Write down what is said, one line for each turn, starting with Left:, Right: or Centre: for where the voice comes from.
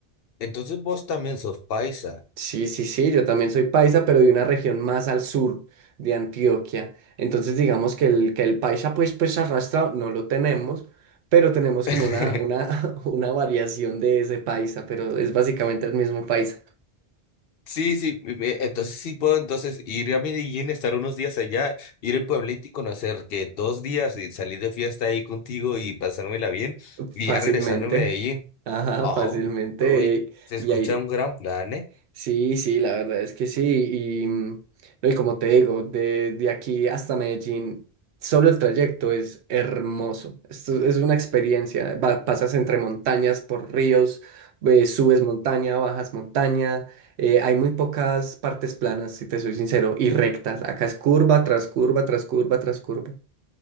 Left: entonces vos también sos paisa.
Right: Sí, sí, sí, yo también soy paisa, pero de una región más al sur de Antioquia. Entonces, digamos que el, que el paisa, pues, pues arrastrado no lo tenemos, pero tenemos
Left: <laughs>
Right: como una, una, <laughs> una variación de ese paisa, pero es básicamente el mismo paisa.
Left: Sí, sí, me- me- entonces sí puedo entonces ir a Medellín, estar unos días allá, ir al pueblito y conocer que dos días y salir de fiesta ahí contigo y pasármela bien
Right: Fácilmente.
Left: y ya regresarme a Medellín.
Right: Ajá,
Left: Oh,
Right: fácilmente.
Left: uy,
Right: eh,
Left: se
Right: Y,
Left: escucha
Right: hay,
Left: un gran plan, ¿eh?
Right: Sí, sí, la verdad es que sí. Y, mm, no, y como te digo, de, de aquí hasta Medellín, solo el trayecto es hermoso. Esto es una experiencia. va- pasas entre montañas, por ríos, eh, subes montaña, bajas montaña. eh, hay muy pocas partes planas, si te soy sincero, y rectas. Acá es curva tras curva, tras curva, tras curva.